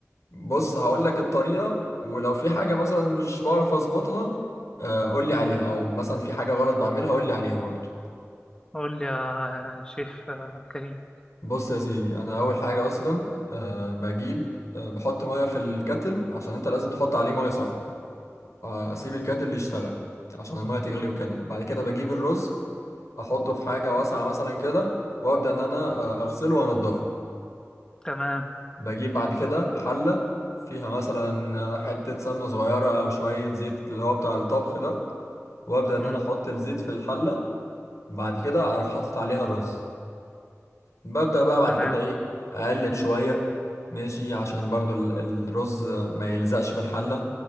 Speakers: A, on the left; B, on the left.
A: بص هقول لك الطريقة ولو في حاجة مثلا مش بعرف اظبطها آه، قول لي عليها او مثلا في حاجة غلط بعملها قول لي عليها برضو
B: قول لي يا شيف آه، كريم
A: بص يا سيدي انا اول حاجة اصلا آه، بجيب آه، بحط مية في الكتل عشان انت لازم تحط عليه مية سخنة آه، اسيب الكتل يشتغل عشان المية تغلي وكده بعد كده بجيب الرز احطه في حاجة واسعة مثلا كده وابدا ان انا آه، اغسله وانضفه
B: تمام
A: بجيب بعد كده حلة فيها مثلا حتة سمنة صغيرة أو شوية زيت اللي هو بتاع الطبخ ده وأبدأ إن
B: مم.
A: أنا أحط الزيت في الحلة بعد كده أروح حاطط عليها الرز ببدأ بقى بعد
B: تمام
A: كده إيه أقلب شوية ماشي عشان برضو ال- الرز ما يلزقش في الحلة